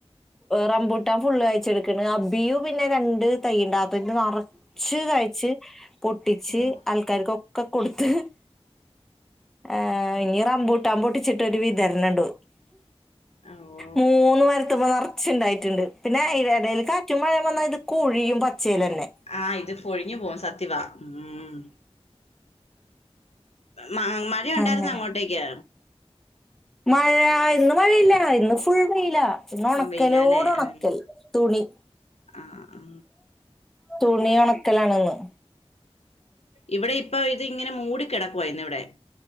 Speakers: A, in the centre; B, on the left (about 75°).
A: റംബൂട്ടാൻ ഫുള്ള് കായ് ച്ചെടുക്കണ് അബിയു പിന്നെ രണ്ട് തൈയ്യുണ്ട് അതിന്റെ നറ ച്ച് കായ്ച്ച് പൊട്ടിച്ച്
B: ഉം
A: ആൾക്കാർക്കൊക്കെ കൊടുത്ത് ഏ ഇഞ്ഞി റമ്പൂ ട്ടാൻ പൊട്ടിച്ചിട്ടൊരു വിതരണണ്ട്
B: ഓ
A: മൂന്ന് മരത്ത്മ്മെ നർ ച്ച്ണ്ടായിട്ടുണ്ട് പിന്നെ ഈ എടയിൽ കാറ്റും മഴയും വന്നാൽ ഇത് കൊഴിയും പച്ചേലന്നെ
B: ആഹ് ഇത് പൊഴിഞ്ഞു പോവും സത്യവാ ഉം മാ മഴയുണ്ടായിരുന്നോ
A: അങ്ങനെ
B: അങ്ങോട്ടേക്ക്
A: മഴ ഇന്ന് മഴയില്ല ഇന്ന് ഫുള്ള് വെയിലാ ച്ച്ന്ന് ഒണക്കലോട്
B: ആ വെയിലാല്ലേ
A: ഒണക്കൽ
B: ഉം
A: തുണി
B: ആ ആ
A: തുണി ഒണക്കലാണെന്ന്
B: ഇവിടെ ഇപ്പൊ ഇത് ഇങ്ങനെ മൂടി കിടക്കുവാ ഇന്നിവിടെ